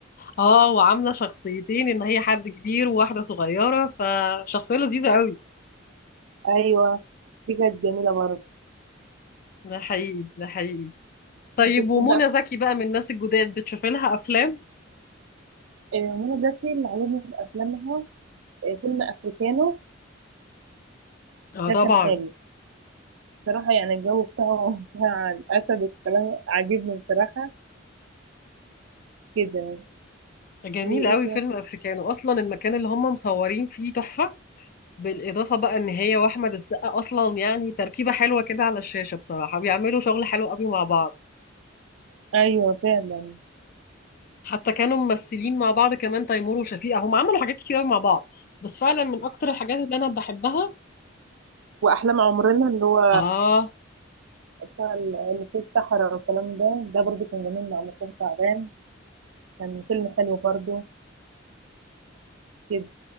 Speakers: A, on the left (about 45°); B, on the right (about 75°).
A: اه وعاملة شخصيتين إن هي حد كبير وواحدة صغيرة فشخصية لذيذة قوي
B: أيوه دي كانت جميلة برضه
A: ده حقيقي ده حقيقي طيب
B: أنت بتحب
A: ومنى
B: أف-
A: زكي بقى من الناس الجداد بتشوفي لها أفلام؟
B: إيه منى زكي اللي عجبني في أفلامها إيه فيلم أفريكانو
A: اه
B: ده
A: طبعا
B: كان حلو بصراحة يعني الجو بتاعهم <laughs> بتاع الأسد والكلام عاجبني بصراحة جدا
A: جميل
B: وإيه
A: قوي
B: تاني؟
A: فيلم افريكانو اصلا المكان اللي هم مصورين فيه تحفة بالاضافة بقى ان هي واحمد السقا اصلا يعني تركيبة حلوة كده على الشاشة بصراحة بيعملوا شغل حلو قوي مع بعض
B: أيوة فعلا
A: حتى كانوا ممثلين مع بعض كمان تيمور وشفيقة هم عملوا حاجات كتير قوي مع بعض بس فعلا من اكتر الحاجات اللي انا بحبها
B: وأحلام عمرنا اللي هو
A: اه
B: بتاع ال- اللي في الصحراء والكلام ده ده برضه كان جميل مع مصطفى شعبان كان فيلم حلو برضه جدا